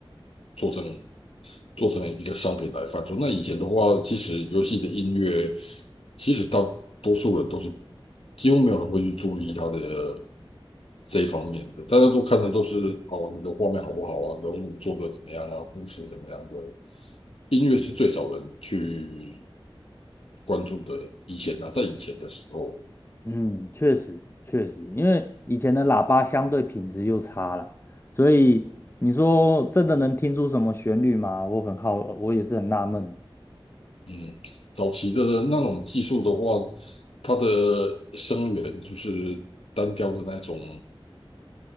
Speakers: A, on the left (about 85°); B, on the left (about 25°).
A: 做成做成一个商品来贩售。那以前的话，其实游戏的音乐，其实大多数人都是几乎没有人会去注意它的。这一方面的，大家都看的都是哦，你的画面好不好啊，人物做的怎么样啊，故事怎么样的，音乐是最少人去关注的。以前啊，在以前的时候，
B: 嗯，确实确实，因为以前的喇叭相对品质又差了，所以你说真的能听出什么旋律吗？我很好，我也是很纳闷，
A: 嗯，早期的那种技术的话，它的声源就是单调的那种